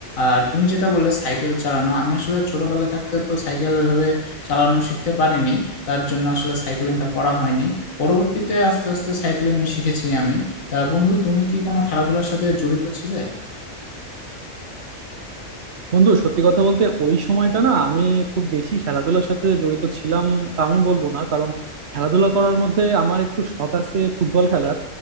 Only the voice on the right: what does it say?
বন্ধু সত্যি কথা বলতে ওই সময়টা না আমি খুব বেশি খেলাধুলার সাথে জড়িত ছিলাম তা আমি বলবো না কারণ খেলাধুলা করার মধ্যে আমার একটু শখ আছে ফুটবল খেলার